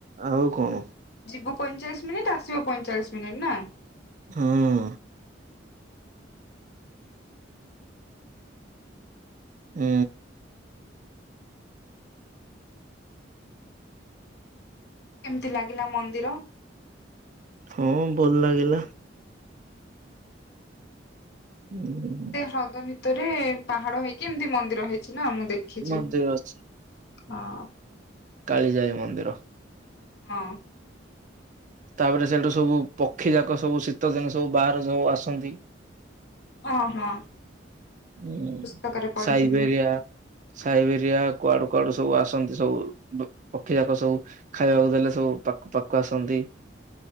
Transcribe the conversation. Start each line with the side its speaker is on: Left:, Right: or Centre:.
Right: ଆଉ କଣ
Left: ଯିବ ପଇଁଚାଳିଶ ମିନିଟ ଆସିବ ପଇଁଚାଳିଶ ମିନିଟ୍ ନା?
Right: ହଁ ହୁଁ।
Left: କେମିତି ଲାଗିଲା ମନ୍ଦିର?
Right: ହଁ ଭଲ ଲାଗିଲା। ହୁଁ ହୁ ହୁଁ।
Left: ସେ ହ୍ରଦ ଭିତରେ ପାହାଡ ହେଇକି ଏମିତି ମନ୍ଦିର ହେଇଛି ନା ମୁଁ ଦେଖିଛି।
Right: ମନ୍ଦିର ଅଛି।
Left: ହଁ।
Right: କାଳି ଯାଇ ମନ୍ଦିର।
Left: ହଁ।
Right: ତାପରେ ସେଇଠୁ ସବୁ ପକ୍ଷୀ ଯାକ ସବୁ ଶୀତଦିନ ସବୁ ବାହାରେ ସବୁ ଆସନ୍ତି।
Left: ଅ ହଁ।
Right: ହଁ
Left: ପୁସ୍ତକରେ ପଢିଥିଲି।
Right: ସାଇବେରିଆ ସାଇବେରିଆ କୁଆଡୁ କୁଆଡୁ ସବୁ ଆସନ୍ତି ସବୁ ପକ୍ଷୀ ଯାକ ସବୁ ଖାଇବାକୁ ଦେଲେ ସବୁ ପାଖ ପାଖ ଆସନ୍ତି।